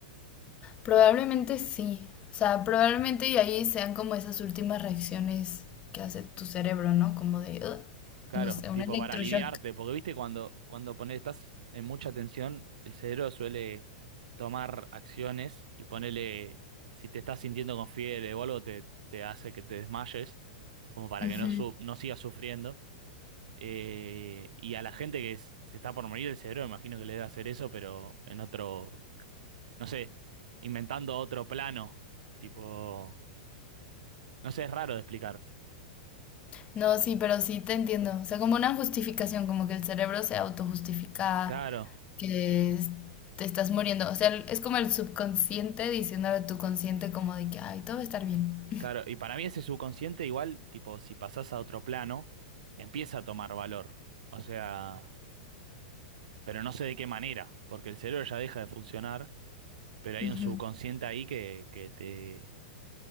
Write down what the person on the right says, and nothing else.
Claro,
tipo
para aliviarte, porque viste cuando, cuando pones, estás en mucha tensión, el cerebro suele tomar acciones y ponerle, si te estás sintiendo con fiebre o algo, te, te hace que te desmayes, como para
que no, su- no sigas sufriendo. Eh, y a la gente que s- se está por morir el cerebro, imagino que le debe hacer eso, pero en otro, no sé, inventando otro plano. Tipo, no sé, es raro de explicar.
Claro,
claro. Y para mí ese subconsciente igual, tipo, si pasás a otro plano, empieza a tomar valor. O sea, pero no sé de qué manera, porque el cerebro ya deja de funcionar, pero hay
un subconsciente ahí que, que te,